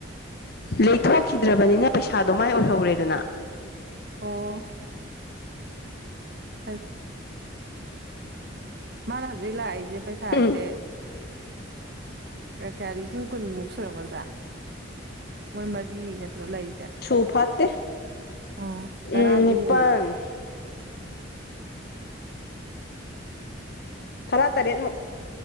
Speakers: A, on the left (about 55°); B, on the right (about 55°).
A: ꯂꯩꯊꯣꯛꯈꯤꯗ꯭ꯔꯕꯅꯤꯅ ꯄꯩꯁꯥꯗꯣ ꯃꯥꯏ ꯑꯣꯏꯍꯧꯔꯦꯗꯅ
B: ꯑꯣ ꯐꯩ ꯃꯥꯅ ꯍꯧꯖꯤꯛ ꯂꯥꯛꯏꯁꯦ ꯄꯩꯁꯥꯁꯦ
A: ꯎꯝ
B: ꯀꯌꯥ ꯂꯤꯁꯤꯡ ꯀꯨꯟꯃꯨꯛ ꯁꯨꯔꯝꯒꯗ꯭ꯔꯥ ꯃꯣꯏ ꯃꯔꯤ ꯅꯠꯇ꯭ꯔ ꯂꯩꯁꯦ
A: ꯁꯨ ꯐꯥꯠꯇꯦ
B: ꯑꯣ ꯇꯔꯥꯗꯤ
A: ꯎꯝ ꯅꯤꯄꯥꯜ
B: ꯍꯦꯜꯂꯦꯕ
A: ꯇꯔꯥ ꯇꯔꯦꯠ ꯃꯨꯛ